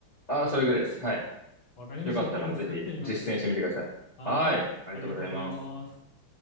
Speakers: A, on the left (about 25°); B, on the left (about 65°).
A: ああ、それぐらいです。はい。
B: わかりました。
A: よかったらぜひ実践してみてください。
B: 今度作ってみます。はーい。
A: はい。ありがとうございます。
B: ありがとうございます。